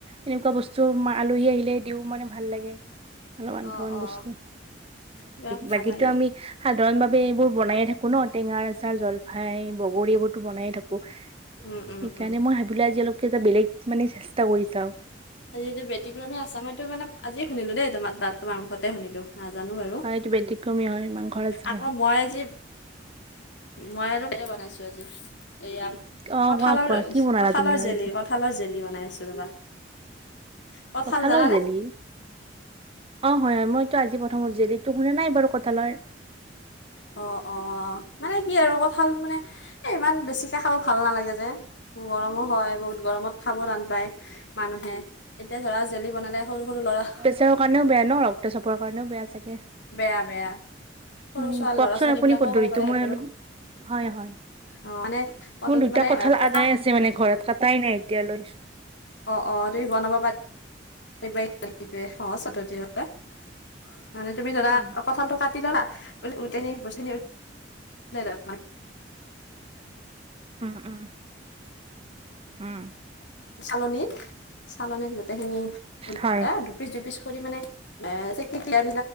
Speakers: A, on the right; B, on the left.
A: এনেকুৱা বস্তু আলহী আহিলে দিও মানে ভাল লাগে। অলপমান
B: অ',
A: অলপমান
B: অ',
A: বস্তু
B: বিৰাট ভাল
A: বাকীতো
B: লাগে।
A: আমি সাধাৰণভাৱে এইবোৰ বনায়ে থাকো ন টেঙা আচাৰ জলফাই বগৰী এইবোৰতো বনায়ে থাকো।
B: উম, উম,
A: সেইকাৰণে
B: উম।
A: মই ভাবিলো আজি অলপ কে বেলেগকৈ মানে চেষ্টা কৰি চাও।
B: আজি এই বেটিকমী আছামত মানে আজিয়ে শুনিলো দেই তোমাৰ তাত তোমাৰ মুখতে শুনিলো। নাজানো বাৰু
A: হয় এইটো ব্যতিক্ৰমী হয় মাংসৰ আচাৰ
B: আকৌ
A: হয়।
B: মই আজি মই আৰু এই বনাইছো আজি এইয়া
A: অ
B: কঠালৰ
A: কোৱা কোৱা কি বনালা
B: কঁঠালৰ
A: তুমি আৰু
B: জেলি
A: আজি
B: কঁঠালৰ জেলি বনাই আছো ৰবা কঁঠাল
A: কঠালৰ
B: জানানে
A: জেলি অ হয় হয় মইটো আজি প অ জেলিত তো শুনা নাই বাৰু কঠালৰ।
B: অ অ মানে কি আৰু কঁঠাল মানে এ ইমান বেছিকে খাব ভাল নালাগে যে গৰমো হয় বহুত গৰমত খাব টান পায় মানুহে এতিয়া ধৰা জেলি বনালে সৰু সৰু ল'ৰা
A: তেওঁ কাৰণেও বেয়া ন ৰক্ত চাপৰ কাৰনেও বেয়া চাগে
B: বেয়া বেয়া সৰু
A: উম
B: ছোৱালী
A: কওকচোন
B: ল'ৰা ছোৱালী
A: আপুনি
B: বিলাকেও
A: পদ্ধতিটো
B: খাব পাৰে সিহঁতৰ
A: মই অলপ হয় হয়
B: অ মানে কঁঠাল
A: মোৰ দুটা
B: মানে
A: কঁঠাল
B: পকা
A: আনাই আছে মানে ঘৰত কটাই নাই তেতিয়া লৈছো।
B: অ অ তুমি বনাব পাৰিবাই অ সহজ পদ্ধতি হয়। মানে তুমি ধৰা
A: উম
B: কঁঠালটো কাটি ললা <unintelligible> <unintelligible> <unintelligible>
A: উম উম উম
B: চালনিত চালনিত গোটেইখিনি <unintelligible>
A: হয়
B: পিচ দুই পিচ কৰি মানে এ চেকি <unintelligible>